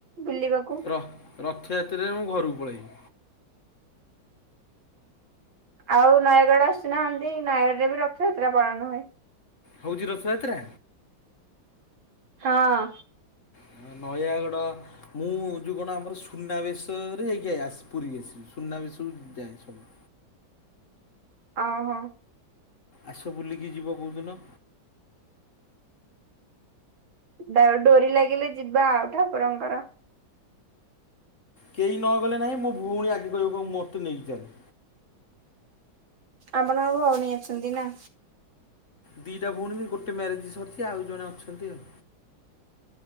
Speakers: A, on the right; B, on the left.
A: ବୁଲିବାକୁ?
B: ର ରଥଯାତ୍ରାରେ ମୁଁ ଘରକୁ ପଳେଇବି।
A: ଆଉ ନୟାଗଡ଼ ଆସୁନାହାନ୍ତି ନୟାଗଡ଼ରେ ବି ରଥଯାତ୍ରା ପାଳନ ହୁଏ।
B: ହଉଛି ରଥଯାତ୍ରା?
A: ହଁ
B: ହଁ ନୟାଗଡ଼ ମୁଁ ଯୋଉ କଣ ଆମର ସୁନାବେଶରେ ଯାଇକି ଆ ଆସେ ପୁରୀ ଆସିବି, ସୁନାବେଶ ବେଳକୁ ଯାଏ ସବୁ
A: ଅହୋ।
B: ଆସ ବୁଲିକି ଯିବ କୋଉଦିନ?
A: ତାକ ଡୋରି ଲାଗିଲେ ଯିବା ଆଉ ଠାକୁରଙ୍କର।
B: କେହି ନ ଗଲେ ନାହିଁ ମୋ ଭଉଣୀ ଆଗେ କହିବ କହିବ ମୋତେ ନେଇକି ଚାଲେ।
A: ଆପଣଙ୍କ ଭଉଣୀ ଅଛନ୍ତି ନା?
B: ଦିଇଟା ଭଉଣୀରୁ ଗୋଟେ ମ୍ୟାରେଜ ସରିଛି ଆଉ ଜଣେ ଅଛନ୍ତି ଆଉ।